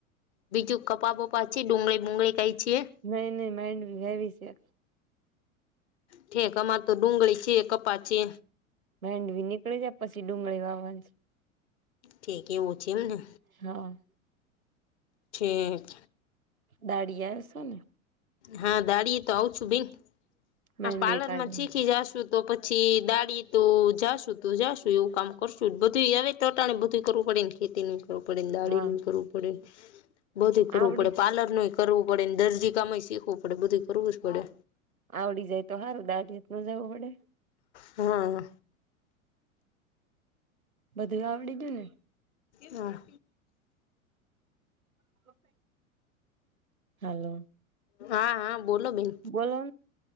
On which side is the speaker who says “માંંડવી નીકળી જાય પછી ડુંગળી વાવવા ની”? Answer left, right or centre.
Right